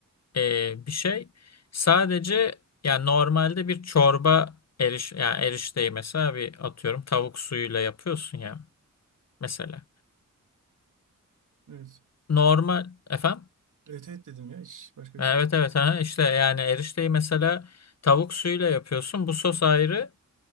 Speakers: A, on the left; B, on the right.
A: e, bir şey. Sadece yani normalde bir çorba eriş yani erişteyi mesela bir atıyorum tavuk suyuyla yapıyorsun ya mesela.
B: Evet.
A: Normal efendim.
B: Evet evet dedim ya hiç başka bir
A: Evet
B: şey. değil.
A: evet ha işte yani erişteyi mesela tavuk suyuyla yapıyorsun. Bu sos ayrı.